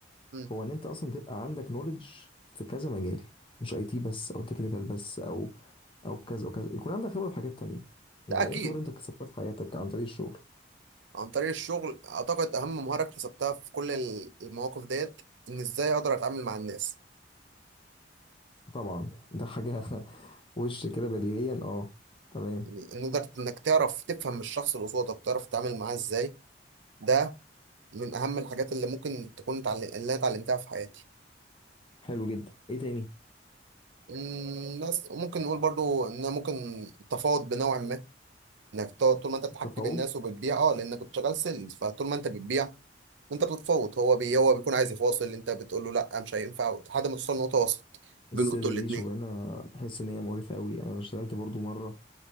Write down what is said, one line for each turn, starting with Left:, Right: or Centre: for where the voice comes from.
Right: مم.
Left: هو ان انت اصلا تبقى عندك نوليدج في كذا مجال مش اي تي بس او تكنيكال بس او او كذا او كذا يكون عندك خبره في حاجات تانية يعني
Right: ده اكيد
Left: ايه الخبره اللي انت كسبتها في حياتك عن طريق الشغل
Right: عن طريق الشغل اعتقد اهم مهاره اكتسبتها في كل ال- المواقف ديت ان ازاي اقدر اتعامل مع الناس
Left: طبعا ده حاجه <laughs> وش كده بديهيا اه تمام
Right: يعني إن قدرت انك تعرف تفهم الشخص اللي قصادك تعرف تتعامل معاه ازاي ده من اهم الحاجات اللي ممكن تكون اتعلم... اللي انا اتعلمتها في حياتي
Left: حلو جدا ايه تاني
Right: أمم، بس وممكن نقول برضو ان أنا ممكن تفاوض بنوع ما انك تقعد طول ما انت بتحكي
Left: التفاوض
Right: بالناس وبتبيع اه لانك كنت شغال سيلز فطول ما انت بتبيع انت بتتفاوض هو بي... هو بيكون عايز يفاصل انت بتقول له لا مش هينفع لحد ما توصل لنقطه وسط بينكم
Left: السيلز
Right: انتوا
Left: دي
Right: الاثنين
Left: شغلانه بحس ان هي مقرفه قوي يعني انا اشتغلت برضو مره